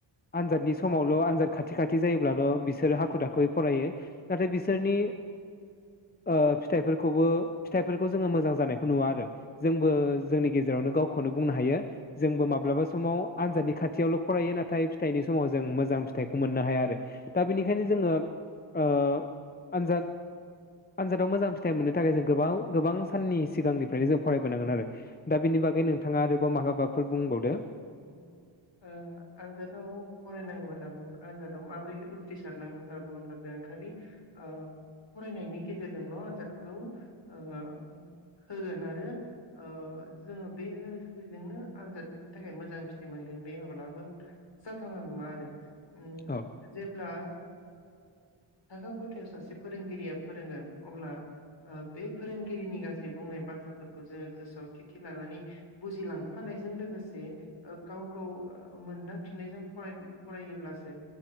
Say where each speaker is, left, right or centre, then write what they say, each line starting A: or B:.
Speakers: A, on the left (about 20°); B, on the left (about 65°).
A: आनजादनि समावल' आनजाद खाथि खाथि जायोब्लाल' बिसोरो हाखु दाखुयै फरायो नाथाय बिसोरनि ओ फिथाइफोरखौबो फिथाइफोरखौ जोङो मोजां जानायखौ नुवा आरो जोंबो
B: औ
A: जोंनि गेजे गेजेरावनो गावखौनो बुंनो हायो जोंबो मा माब्लाबा समाव आनजादनि खाथियावल' फरायो नाथाय फिथाइनि समाव जों मोजां फिथाइखौ मोननो हाया आरो दा
B: उम
A: बेनिखायनो जोङो ओ आनजाद आनजादाव मोजां फिथाइ मोननो थाखाय जों गोबाव गोबां साननि सिगांनिफ्रायनो जों फरायबोनांगोन आरो दा बेनि
B: उम
A: बागै नोंथाङा आरो बो माखोबाफोर बुंबावदो
B: उम ओ आनजादाव फरायनांगौ होनना बुङो आनजादाव माब्रै उथ्रिसारनांगौ होनना बुङोब्ला जोङो खालि ओ फरायनायनि गेजेरजोंल' आनजादखौ ओ होगोन आरो ओ जोङो बेजोंनो आनजादनि नि थाखाय मोजां फिथाइ मोनगोन बे माब्लाबाबो जाथावना नङा आरो उम
A: औ
B: जेब्ला थाखो खथायाव सासे फोरोंगिरिया फोरोंगोन अब्ला ओ बे फोरोंगिरिनि गासै बुंनाय बाथ्राफोरखौ जोङो गोसोआव थि थि लानानै बुजिलांफानायजों लोगोसे जे ओ गाव गाव मोनदांथिनायजों फरायो फरायोब्लासो